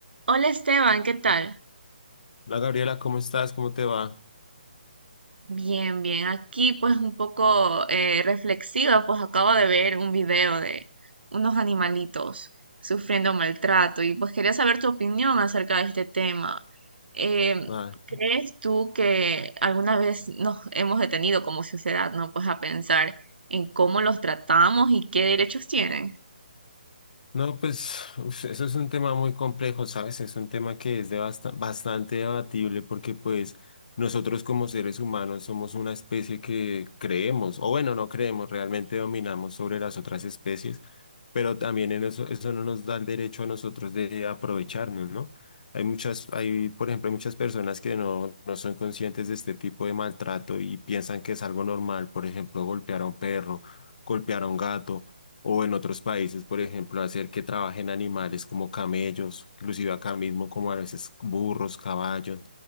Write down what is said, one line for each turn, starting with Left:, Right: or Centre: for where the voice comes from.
Right: Hola Esteban, ¿qué tal?
Left: Hola Gabriela, ¿cómo estás? ¿Cómo te va?
Right: Bien, bien. Aquí pues un poco eh, reflexiva, pues acabo de ver un video de unos animalitos sufriendo maltrato y pues quería saber tu opinión acerca de este tema. Em,
Left: Ay,
Right: ¿crees tú que alguna vez nos hemos detenido como sociedad, ¿no? Pues a pensar en cómo los tratamos y qué derechos tienen?
Left: No, pues uf, eso es un tema muy complejo, ¿sabes? Es un tema que es de basta- bastante debatible porque pues nosotros como seres humanos somos una especie que creemos, o bueno, no creemos, realmente dominamos sobre las otras especies, pero también en eso, eso no nos da el derecho a nosotros de aprovecharnos, ¿no? Hay muchas, hay, por ejemplo, hay muchas personas que no, no son conscientes de este tipo de maltrato y piensan que es algo normal, por ejemplo, golpear a un perro, golpear a un gato o en otros países, por ejemplo, hacer que trabajen animales como camellos, inclusive acá mismo como a veces burros, caballos,